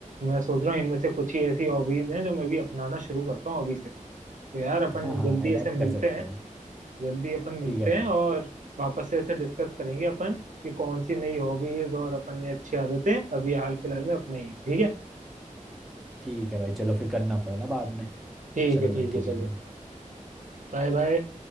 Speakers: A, on the right (about 70°); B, in the centre.
A: मैं सोच रहा हूँ इनमें से कुछ ही ऐसी हॉबीज हैं जो मैं भी अपनाना शुरू करता हूँ अभी से तो यार अपन
B: हाँ हाँ
A: जल्दी
B: अडेप्ट
A: ऐसे मिलते
B: कर सकते
A: हैं
B: हो
A: जल्दी अपन मिलते
B: ठीक है भाई
A: हैं और वापस से ऐसे डिस्कस करेंगे अपन कि कौन सी नई हॉबीज और अपन ने अच्छी आदतें अभी हाल फिलहाल में अपनाई हैं। ठीक है
B: ठीक है भाई चलो फिर करना कॉल ना बाद में
A: ठीक
B: चलो
A: है
B: भाई
A: ठीक है
B: ठीक है
A: चलो Bye bye